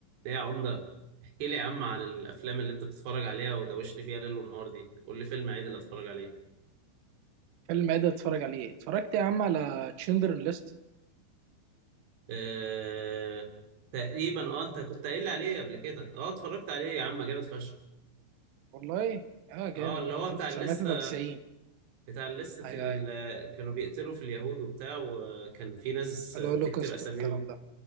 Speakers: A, on the right; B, on the right.
A: ايه يا عمدة احكي لي يا عم عن الافلام اللي انت بتتفرج عليها ودوشني بيها ليل ونهار دي قول لي فيلم عادل اتفرج عليه
B: فيلم ايه ده تتفرج عليه اتفرجت يا عم على تشندر ليست
A: أه... تقريبا اه انت كنت قايل لي عليه قبل كده اه اتفرجت عليه يا عم جامد فشخ
B: والله اه جامد
A: اه اللي هو
B: 1993
A: بتاع الليستة بتاع الليستة
B: ايوه
A: ال...
B: ايوه
A: كانوا بيقتلوا في اليهود وبتاع وكان في ناس
B: الهولوكوست
A: بتكتب اساميهم
B: والكلام ده